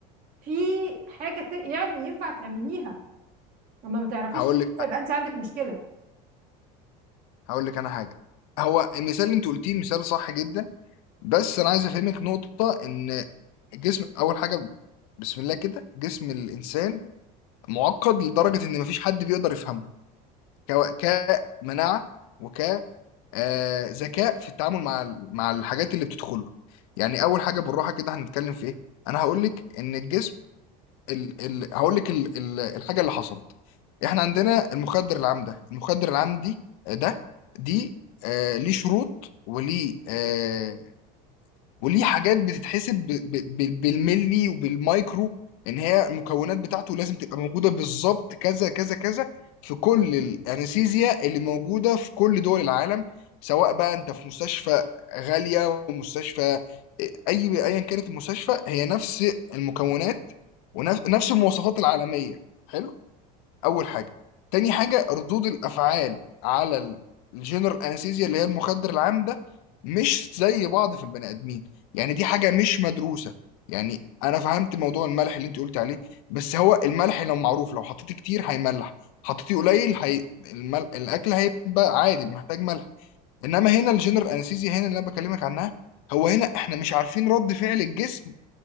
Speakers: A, on the right (about 50°); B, on the left (about 75°).
A: في حاجة ت... يعم- ينفع تعمليها لما ما تعرفيش
B: هقول
A: تعمليها
B: لك
A: يبقى أنت عندك مشكلة
B: هقول لك انا حاجه هو المثال اللي انت قلتيه مثال صح جدا بس انا عايز افهمك نقطه ان الجسم اول حاجه بسم الله كده جسم الانسان معقد لدرجه ان مفيش حد بيقدر يفهمه كو- كمناعه وك آه، ذكاء في التعامل مع ال- مع الحاجات اللي بتدخله يعني اول حاجه بالراحه كده هنتكلم في ايه انا هقول لك ان الجسم ال ال هقول لك ال ال الحاجه اللي حصلت احنا عندنا المخدر العام ده المخدر العام دي ده دي آه ليه شروط وليه آه وليه حاجات بتتحسب ب- ب- ب- بالملي وبالمايكرو ان هي المكونات بتاعته لازم تبقى موجوده بالظبط كذا كذا كذا في كل الانستيزيا اللي موجوده في كل دول العالم سواء بقى انت في مستشفى غاليه ومستشفى اي ايا كانت المستشفى هي نفس المكونات ونفس نفس المواصفات العالميه حلو أول حاجة تاني حاجة ردود الأفعال على الجنرال أنستيزيا اللي هي المخدر العام ده مش زي بعض في البني آدمين يعني دي حاجة مش مدروسة يعني أنا فهمت موضوع الملح اللي أنت قلت عليه بس هو الملح لو معروف لو حطيتيه كتير هيملح حطيتيه قليل هي... المل... الأكل هيبقى عادي محتاج ملح إنما هنا الجنرال أنستيزيا هنا اللي أنا بكلمك عنها هو هنا إحنا مش عارفين رد فعل الجسم